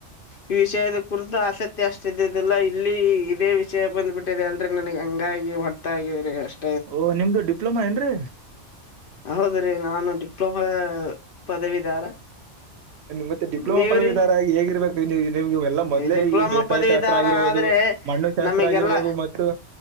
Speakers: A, on the left; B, on the right.
A: ಈ ವಿಷಯದ ಕುರಿತು ಆಸಕ್ತಿ ಅಷ್ಟ ಇದ್ದದಲ್ಲಾ ಇಲ್ಲಿ ಇದೇ ವಿಷಯ ಬಂದ್ಬಿಟ್ಟು. ದೆ ಅಲ್ ನನಗ್ ಹಂಗಾಗಿ ಹೊರ್ತಗೀ ಅಷ್ಟ.
B: ಓ ನಿಮ್ದು ಡಿಪ್ಲೊಮಾ ಏನ್ರೀ.
A: ಹೌದ್ರೀ ನಾನು ಡಿಪ್ಲೊಮಾ ಪದವಿದಾರ.
B: ಮತ್ತೆ ಡಿಪ್ಲೊಮಾ
A: ನೀವ್ರಿ
B: ಪದವಿದಾರೆ ಹೇಗ ಇರ್ಬೇಕು. ನಿಮ್ಗೆ ಇವೆಲ್ಲಾ ಮೊದಲೇ
A: ಡಿಪ್ಲೊಮಾ
B: ಈ ಬೇಸಾಯ
A: ಪದವಿದಾರ
B: ಶಾಸ್ತ್ರ ಆಗಿರ್ಬಹದು
A: ಆದ್ರೆ
B: ಮಣ್ಣು ಶಾಸ್ತ್ರ
A: ನಮಗೆಲ್ಲ
B: ಆಗಿರ್ಬಹದು ಮತ್ತು.